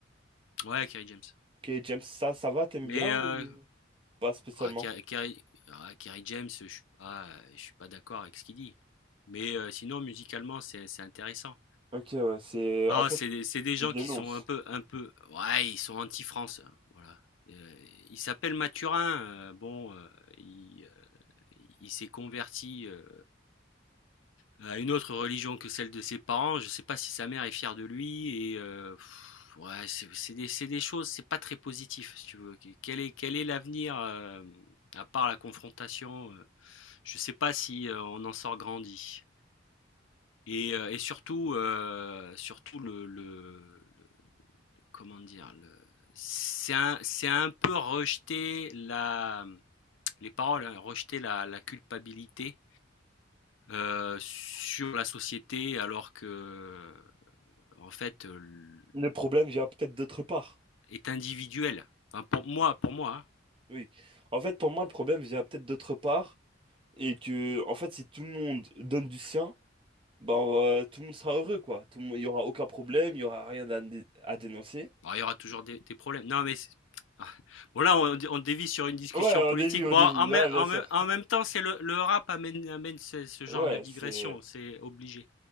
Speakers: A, on the left (about 80°); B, on the right (about 25°).
A: Ouais, Kerry James.
B: Kerry James, ça, ça va, t'aimes
A: Mais
B: bien ou
A: euh,
B: pas spécialement?
A: Ah, Kerry, Kerry- ah, Kerry James, je suis pas, je suis pas d'accord avec ce qu'il dit. Mais euh, sinon, musicalement, c'est c'est intéressant.
B: Ok, ouais, c'est en
A: Non,
B: fait,
A: c'est des c'est des gens
B: il dénonce.
A: qui sont un peu, un peu, ouais, ils sont anti-France, hein, voilà. Euh, il s'appelle Mathurin, euh, bon, euh, il, euh, il s'est converti. euh, à une autre religion que celle de ses parents, je sais pas si sa mère est fière de lui et heu, ouais, c'est c'est des c'est des choses, c'est pas très positif, si tu veux. Quel est quel est l'avenir, hem, à part la confrontation, heu, je sais pas si, heu, on en sort grandi et heu et surtout, heu, surtout le le le comment dire? Le c'est un c'est un peu rejeter la, mmh, les paroles, hein, rejeter la la culpabilité heu, sur la société alors que en fait, heu,
B: Le problème vient peut-être d'autre part.
A: est individuel. Enfin pour moi pour moi, hein.
B: Oui. En fait, pour moi, le problème vient peut-être d'autre part et que, en fait, si tout le monde donne du sien, ben, euh, tout le monde sera heureux, quoi. Tout le monde, il y aura aucun problème, il y aura rien à, dé- à dénoncer.
A: Bon il y aura toujours des des problèmes. Non mais c'est ah, bon là on on dévie sur une discussion
B: Ouais,
A: politique.
B: au début, au
A: Bon
B: début,
A: en même
B: ouais, bien
A: en
B: sûr.
A: même en même temps c'est le le rap amène amène ce ce genre
B: Ouais,
A: de digression,
B: c'est
A: c'est obligé.